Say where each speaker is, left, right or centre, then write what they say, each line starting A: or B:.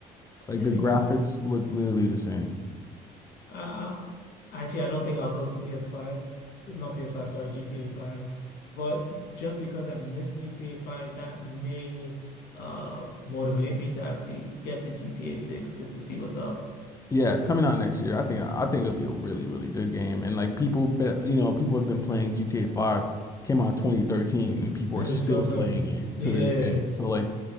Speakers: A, on the left; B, on the left.
A: Like
B: Anyway.
A: the graphics look literally the same.
B: I, I actually I don't think I'll go to PS5. It's not PS5, sorry, GTA 5. But just because I miss GTA 5, that may uh motivate me to actually get the GTA 6 just to see what's up.
A: Yeah, it's coming out next year. I think I think it'll be a really really good game. And like people, be, you know, people have been playing GTA Five. Came out 2013, and people
B: And
A: are still
B: they're still playing.
A: playing it
B: Yeah,
A: to this day. So like,